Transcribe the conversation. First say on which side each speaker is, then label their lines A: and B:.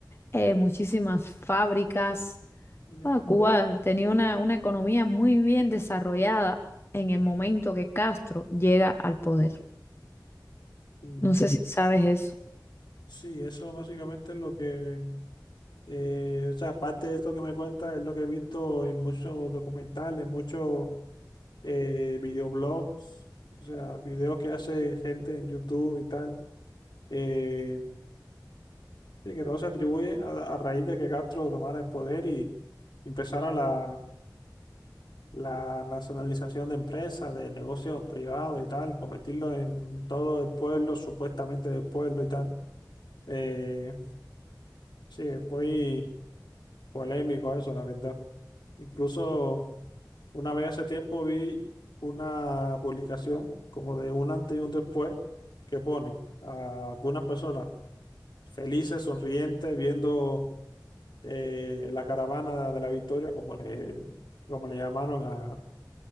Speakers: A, on the left; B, on the left.
A: eh, muchísimas fábricas.
B: ya.
A: Ah, Cuba tenía una, una economía muy bien desarrollada en el momento que Castro llega al poder.
B: Y
A: No sé si sabes eso.
B: sí, eso básicamente es lo que, eh, o sea, aparte de esto que me cuenta, es lo que he visto en muchos documentales, muchos eh, videoblogs, o sea, videos que hace gente en YouTube y tal, eh, y que todo se atribuye a, a raíz de que Castro tomara el poder y empezara la, la nacionalización de empresas, de negocios privados y tal, convertirlo en todo el pueblo, supuestamente del pueblo y tal. Eh, sí, es muy polémico eso, la verdad. Incluso... Una vez hace tiempo vi una publicación como de un antes y un después que ponen a algunas personas felices, sonrientes, viendo eh, la caravana de la victoria, como le, como le llamaron a,